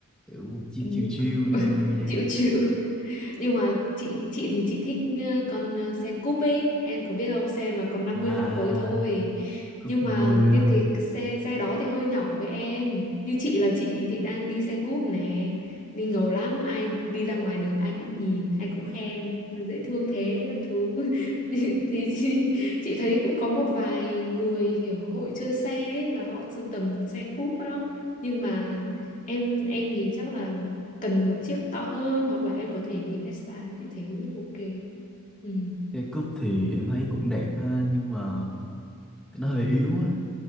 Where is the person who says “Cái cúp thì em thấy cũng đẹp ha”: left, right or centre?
Centre